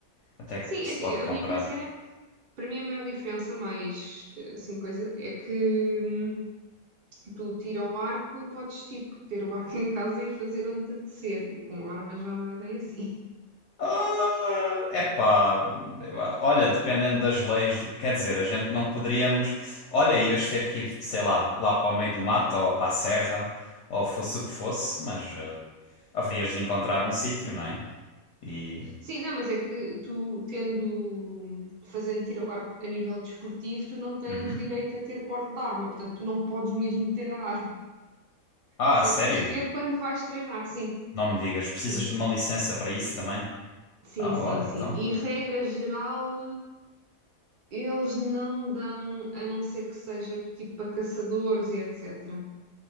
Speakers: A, on the left; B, on the right.
A: até que
B: sim,
A: se
B: é assim,
A: pode
B: a
A: comprar.
B: única cena, para mim a maior diferença, mais eh, assim, coisa, é que hum, tu tira o arco, podes tipo ter o arco <laughs> em casa e fazer onde te apetecer. O com arma já não é bem assim.
A: Ah, epá, eu- a- olha, dependendo das leis do, quer dizer, a gente não poderíamos, olha, ias ter que ir, sei lá, lá para o meio do mato ou para a serra, ou fosse o que fosse, mas eh, haverias de encontrar um sítio, não é? E,
B: Sim, não, mas é que tu, tendo, hum, fazendo tiro ao arco a nível desportivo, tu não tens
A: Uhum.
B: direito a ter porte de arma, portanto, tu não podes mesmo ter a arma,
A: Ah,
B: só
A: sério?
B: podes ter quando vais treinar, sim,
A: Não me digas, precisas
B: sim,
A: de uma licença para isso também?
B: sim,
A: Ah,
B: sim,
A: olha,
B: sim.
A: então,
B: E regra geral, eles não dão, a não ser que seja tipo para caçadores e etc.